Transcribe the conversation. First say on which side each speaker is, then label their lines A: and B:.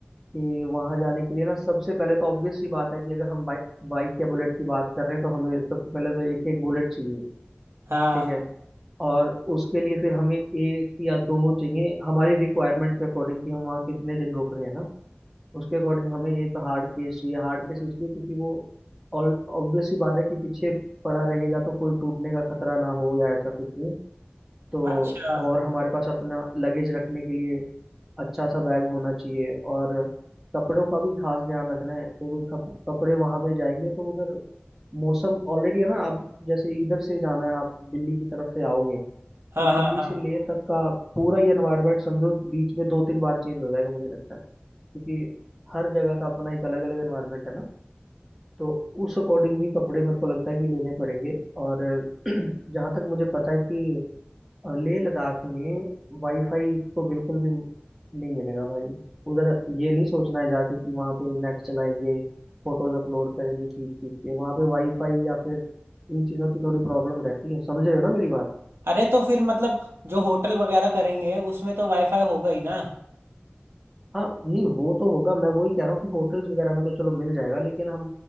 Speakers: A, in the centre; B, on the right.
A: कि वहाँ जाने के लिए ना सबसे पहले तो ऑब्वियस सी बात है कि अगर हम बाइक बाइक या बुलेट की बात कर रहे हैं तो हमें सबसे पहले तो एक एक बुलेट चाहिए
B: हाँ
A: ठीक है और उसके लिए फिर हमें एक या दो चाहिए हमारी रिक्वायरमेंट के अकॉर्डिंग कि हम वहाँ कितने दिन रुक रहे हैं ना उसके अकॉर्डिंग हमें एक हार्ड केस चाहिए हार्ड केस इसलिए क्योंकि वो और ऑब्वियस सी बात है कि पीछे पड़ा रहेगा तो कोई टूटने का खतरा ना हो या ऐसा कुछ भी तो
B: अच्छा
A: और हमारे पास अपना लगेज रखने के लिए अच्छा सा बैग होना चाहिए और कपड़ों का भी खास ध्यान रखना है क्योंकि खप- कपड़े वहाँ पे जाएंगे तो उधर मौसम ऑलरेडी है ना आप जैसे इधर से जाना है आप दिल्ली की तरफ से आओगे तो
B: हाँ
A: दिल्ली
B: हाँ हाँ
A: से लेह तक का पूरा ही एनवायरनमेंट समझो बीच में दो तीन बार चेंज हो जाएगा मुझे लगता है क्योंकि हर जगह का अपना एक अलग अलग एनवायरनमेंट है ना तो उस अकॉर्डिंग भी कपड़े मेरे को लगता है कि लेने पड़ेंगे और <clears throat> जहाँ तक मुझे पता है कि अ, लेह लद्दाख में वाईफाई तो बिल्कुल भी नहीं मिलेगा भाई उधर ये नहीं सोचना है जाके कि वहाँ पे नेट चलाएंगे फोटोज अपलोड करेंगे खींच खींच के वहाँ पे वाईफाई या फिर इन चीज़ों की थोड़ी प्रॉब्लम रहती है समझ रहे हो ना मेरी बात
B: अरे तो फिर मतलब जो होटल वगैरह करेंगे उसमें तो वाईफाई होगा ही ना
A: हाँ नहीं वो तो होगा मैं वही कह रहा हूँ कि होटल्स वगैरह में तो चलो मिल जाएगा लेकिन हम